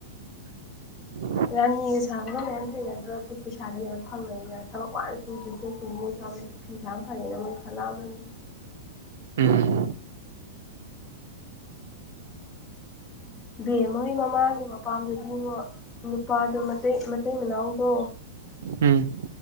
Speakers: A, on the right; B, in the centre.
A: <inaudible>
B: ꯔꯥꯅꯤꯒ ꯁꯥꯕꯒ ꯃꯌꯥꯝ ꯊꯦꯡꯅꯗ꯭ꯔꯣ ꯑꯗꯨ ꯄꯩꯁꯥ ꯃꯌꯥꯝ ꯐꯪꯉꯅꯤꯅ ꯊꯕꯛ ꯋꯥꯅ ꯁꯨꯗ꯭ꯔꯣꯢ ꯁꯔꯨꯛꯄꯨꯗꯤ ꯅꯨꯡꯁꯥ ꯃꯔꯛꯇ ꯐꯤ ꯁꯥꯕꯅ ꯐꯔꯦꯅ ꯃꯣꯢꯁꯨ ꯈꯜꯂꯛꯑꯝꯅꯤ
A: ꯎꯝ ꯍꯝ
B: ꯕꯦꯝꯃ ꯍꯣꯏ ꯃꯃꯥꯒꯤ ꯃꯄꯥꯝꯗꯗꯤ ꯉꯣ ꯅꯨꯄꯥꯗꯣ ꯃꯇꯩ ꯃꯇꯩ ꯃꯅꯥꯎꯗꯣ
A: ꯎꯝ